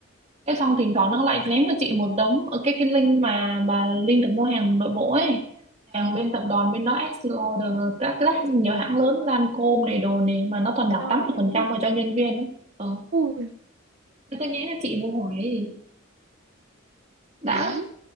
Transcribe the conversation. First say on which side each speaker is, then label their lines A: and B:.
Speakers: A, on the right; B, on the right.
A: Cái xong thỉnh thoảng nó lại ném cho chị một đống ở cái cái link mà mà link được mua hàng nội bộ ấy hàng bên tập đoàn bên đó Estée Lauder các các nhiều hãng lớn Lancôme này đồ này mà nó toàn lọc
B: Ờ
A: tám mươi
B: thì
A: phần
B: đúng
A: trăm
B: rồi.
A: mà cho nhân viên ấy. ừ.
B: ui
A: Thế tôi nghĩ là chị mua hỏi ấy gì đã
B: đỉnh